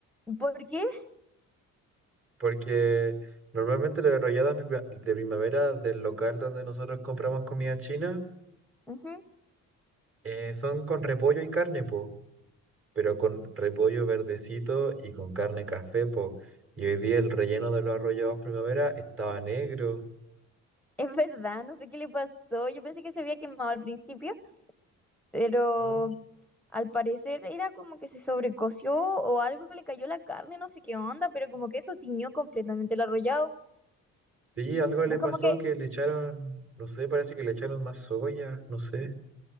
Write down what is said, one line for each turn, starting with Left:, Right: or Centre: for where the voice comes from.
Centre: ¿Por qué?
Right: Porque normalmente las arrolladas pri- de primavera del local donde nosotros compramos comida china
Centre: Ujú,
Right: eh, son con repollo y carne, po, pero con repollo verdecito y con carne café, po. Y hoy día el relleno de los arrollados primavera estaba negro.
Centre: Es verdad, no sé qué le pasó. Yo pensé que se había quemado al principio, pero
Right: ¿ah?
Centre: al parecer era como que se sobrecoció o algo le cayó la carne, no sé qué onda, pero como que eso tiñó completamente el arrollado.
Right: Sí, algo le
Centre: No es
Right: pasó
Centre: como que,
Right: que le echaron, no sé, parece que le echaron más soya, no sé.